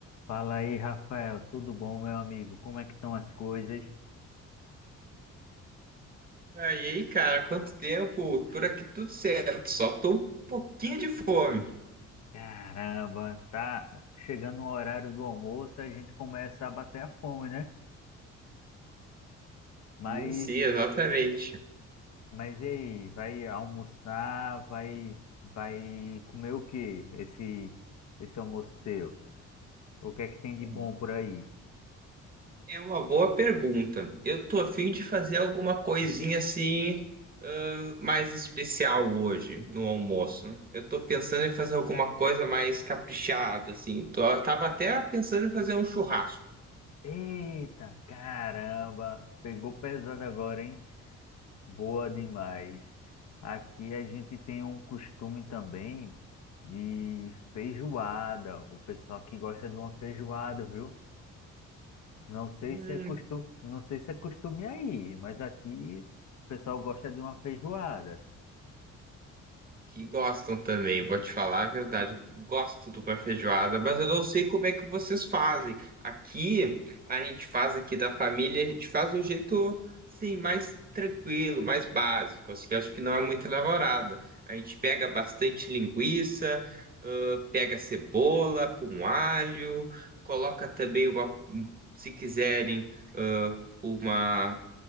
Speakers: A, on the left (about 65°); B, on the right (about 30°).
A: Fala aí, Rafael, tudo bom, meu amigo? Como é que estão as coisas?
B: Aí, aí, cara, quanto tempo? Por aqui tudo certo, só tô um pouquinho de fome.
A: Caramba, tá chegando o horário do almoço, a gente começa a bater a fome, né? Mas,
B: Sim, sim, exatamente.
A: mas e aí, vai almoçar, vai, vai comer o quê? Esse, esse almoço teu? O que é que tem de
B: Hum.
A: bom por aí?
B: É uma boa pergunta. Eu tô a fim de fazer alguma coisinha assim, ãh, mais especial hoje no almoço. Eu tô pensando em fazer alguma coisa mais caprichada, assim. Tô, eu tava até pensando em fazer um churrasco.
A: Eita, caramba, pegou pesado agora, hein? Boa demais. Aqui a gente tem um costume também de feijoada. O pessoal que gosta de uma feijoada, viu? Não sei
B: Hum,
A: se é costume, não sei se é costume aí, mas aqui o pessoal gosta de uma feijoada.
B: Que gostam também, vou te falar a verdade, que gosto de uma feijoada, mas eu não sei como é que vocês fazem. Aqui, a gente faz aqui da família, a gente faz do jeito, sim, mais tranquilo, mais básico, assim, que eu acho que não é muito elaborada. A gente pega bastante linguiça, ãh, pega cebola com alho, coloca também uma, um- se quiserem, ãh, uma